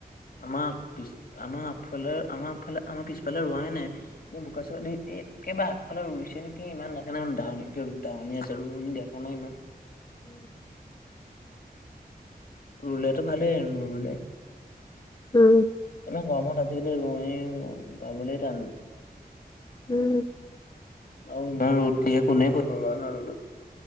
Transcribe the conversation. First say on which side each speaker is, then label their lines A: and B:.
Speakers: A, on the left; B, on the left.
A: আমাৰ পিছ, আমাৰ আগফালে আমাৰ আগফালে, আমাৰ পিছফালে ৰোৱাই নাই বোকা চ একেবাৰে আগফালে ৰুইছে নেকি, ইমান <unintelligible> আছে ৰোৱনী দেখা নাই ইমান।
B: <inaudible>
A: ৰুলেটো ভালেই, নুৰুলে।
B: উম।
A: ইমান গৰমত আজিকালি ৰোৱনী পাবলৈ টান।
B: উম।
A: আৰু ইমান ৰ'দ দিয়ে, কোনে কৰিব বাৰু আমাৰ ৰ'দত।